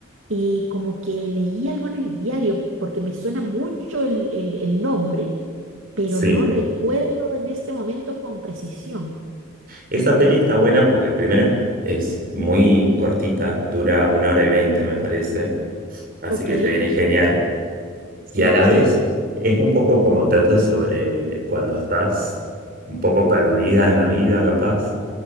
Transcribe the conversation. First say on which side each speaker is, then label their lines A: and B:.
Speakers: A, on the right; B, on the right.
A: eh, como que leí algo en el diario, porque me suena mucho el, el el nombre, pero
B: Sí.
A: no recuerdo en este momento con precisión.
B: Esa peli está buena porque primero es muy cortita, dura una hora y veinte me parece, así
A: Ok,
B: que te viene genial.
A: sí,
B: Y a la
A: sí,
B: vez es un poco como trata sobre cuando estás un poco perdida en la vida, capaz,